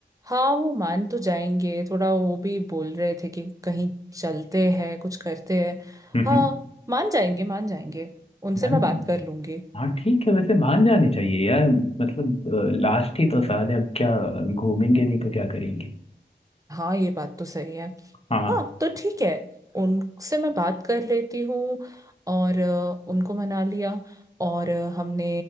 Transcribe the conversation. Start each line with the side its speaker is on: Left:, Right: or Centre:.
Right: हाँ वो मान तो जाएंगे थोड़ा वो भी बोल रहे थे कि कहीं चलते हैं कुछ करते हैं
Left: हम्म,
Right: हाँ मान जाएंगे मान जाएंगे उनसे
Left: मान
Right: मैं बात
Left: लेंगे
Right: कर लूंगी
Left: हाँ ठीक है वैसे मान जाने चाहिए यार मतलब लास्ट ही तो साल है अब क्या घूमेंगे नहीं तो क्या करेंगे
Right: हाँ ये बात तो सही है
Left: हाँ
Right: हाँ तो ठीक है उनसे मैं बात कर लेती हूँ और अ, उनको मना लिया और अ, हमने